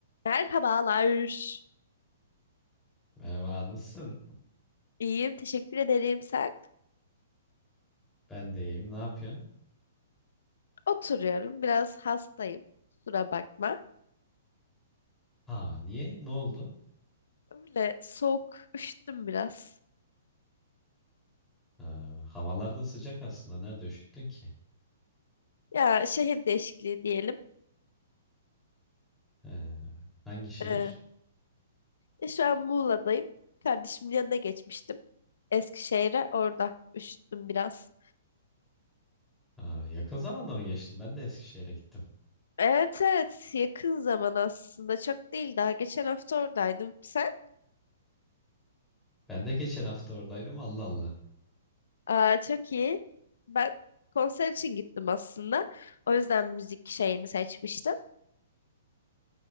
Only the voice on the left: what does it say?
Merhabalar.
İyiyim, teşekkür ederim. Sen?
Oturuyorum, biraz hastayım. Kusura bakma.
Öyle soğuk, üşüttüm biraz.
Ya şehir değişikliği diyelim.
Ee, ya şu an Muğla'dayım. Kardeşimin yanına geçmiştim. Eskişehir'e orada üşüttüm biraz.
Evet evet yakın zaman aslında çok değil daha geçen hafta oradaydım. Sen?
Aa, çok iyi. Ben konser için gittim aslında. O yüzden müzik şeyini seçmiştim.